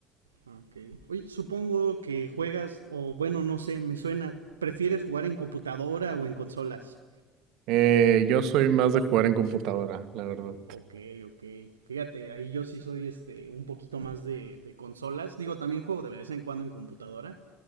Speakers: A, on the right; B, on the right.
A: Ok. Oye, supongo que juegas, o bueno, no sé, me suena. ¿Prefieres jugar en computadora o en consolas?
B: Eh, yo soy más de jugar en computadora, la verdad.
A: Ok, ok. Fíjate, ahí yo sí soy este un poquito más de, de consolas. Digo, también juego de vez en cuando en computadora.